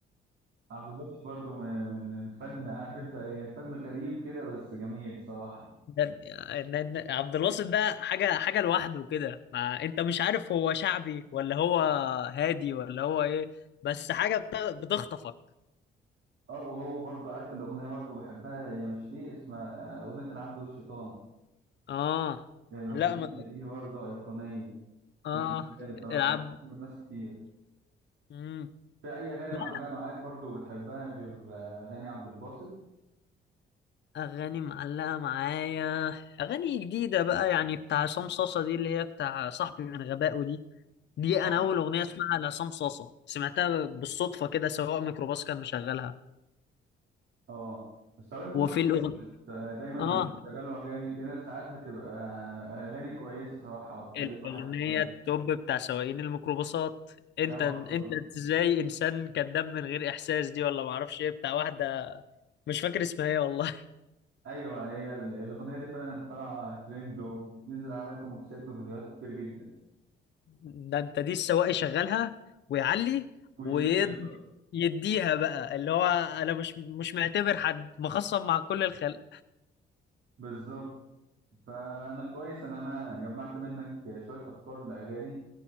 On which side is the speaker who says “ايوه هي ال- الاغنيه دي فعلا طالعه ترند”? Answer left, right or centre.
Right